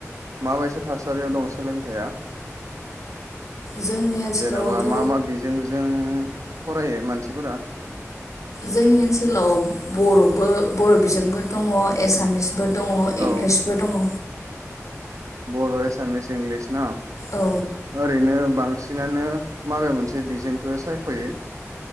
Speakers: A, on the right (about 80°); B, on the left (about 75°).
A: माबायसा थासारियाव दं सोलोंथाइया?
B: जोंनि ओनसोलावथ'
A: जेन'बा मा मा बिजोंजों फरायो मानसिफोरा
B: जोंनि ओनसोलाव बर'बो बर' बिजोंबो दङ एसामिस बो दङ
A: औ
B: इंलिसबो दङ।
A: बर' एसामिस इंलिस ना
B: औ
A: ओरैनो बांसिनानो माबे मोनसे बिजोंखौ सायख'यो।